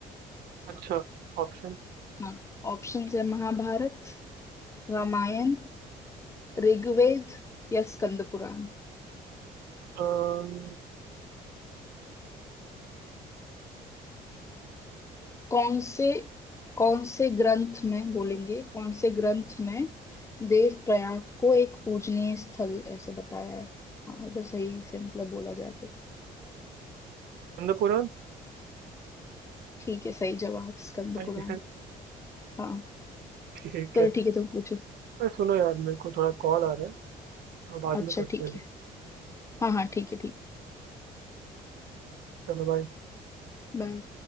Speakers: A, on the right; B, on the left.
A: अच्छा ऑप्शन
B: हाँ ऑप्शंस है महाभारत रामायण ऋग्वेद या स्कंद पुराण
A: स्कंद
B: कौन से कौन से ग्रंथ में बोलेंगे कौन से ग्रंथ में देव प्रयाग को एक पूजनीय स्थल ऐसे बताया है हाँ अगर सही से मतलब बोला जाए तो
A: पुराण
B: ठीक है सही जवाब स्कंद
A: <laughs>
B: पुराण हाँ
A: ठीक
B: चलो
A: है
B: ठीक है तुम पूछो
A: अरे सुनो यार मेरे को थोड़ा कॉल आ रहा है तो बाद
B: अच्छा
A: में करते
B: ठीक
A: हैं
B: है हाँ हाँ ठीक है ठीक
A: चलो बाय
B: है बाय